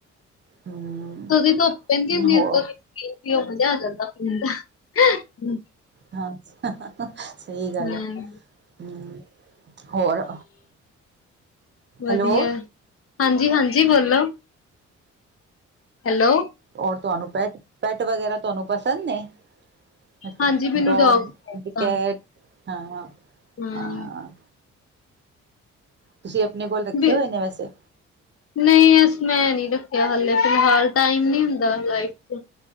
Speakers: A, on the right; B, on the left.
A: ਹੂੰ
B: ਦੀ ਧੁੱਪ ਪੈਂਦੀ ਹੁੰਦੀ
A: ਹੋਰ
B: ਉਹ ਮਜਾ ਆ ਜਾਂਦਾ ਪੀਣ ਦਾ-
A: ਹਾਂ ਸਹੀ ਗੱਲ
B: ਹਾਂ
A: ਆ ਹੂੰ। ਹੋਰ,
B: ਵਧੀਆ
A: ਹੈਲੋ।
B: ਹਾਂਜੀ- ਹਾਂਜੀ ਬੋਲੋ। ਹੈਲੋ।
A: ਔਰ ਤੁਹਾਨੂੰ ਪੈੱਟ - ਪੈੱਟ ਵਗੈਰਾ ਤੁਹਾਨੂੰ ਪਸੰਦ ਨੇ ਅੱਛਾ
B: ਹਾਂਜੀ ਮੈਨੂੰ
A: ਡੋਗ,
B: ਬਹੁਤ ਪਸੰਦ
A: ਕੈਟ ਹਾਂ-ਹਾਂ।
B: ਹਾਂ
A: ਤੁਸੀਂ ਆਪਣੇ ਕੋਲ ਰੱਖੇ
B: ਵੀ
A: ਹੋਏ ਨੇ ਵੈਸੇ
B: ਨਹੀਂ ਅ ਮੈਂ ਨਹੀ ਰੱਖਿਆ, ਹਾਲੇ ਫਿਲਹਾਲ ਟਾਈਮ ਨ ਹੁੰਦਾ ਲਾਈਫ ਚ